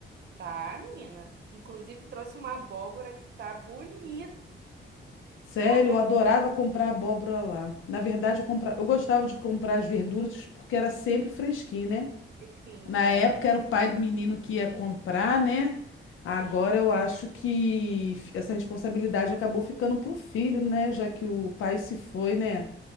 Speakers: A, on the right (about 55°); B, on the left (about 75°).
A: Tá, menina. Inclusive trouxe uma abóbora que tá bonita.
B: Sério,
A: Ai, tá
B: eu adorava
A: lindo.
B: comprar abóbora lá. Na verdade, eu compra... eu gostava de comprar as verduras porque era sempre fresquinho, né?
A: Vermelhinho,
B: Na
A: é.
B: época era o pai do menino que ia comprar, né? Agora
A: Sim.
B: eu acho que f- essa responsabilidade acabou ficando pro filho, né? Já que o pai se foi, né?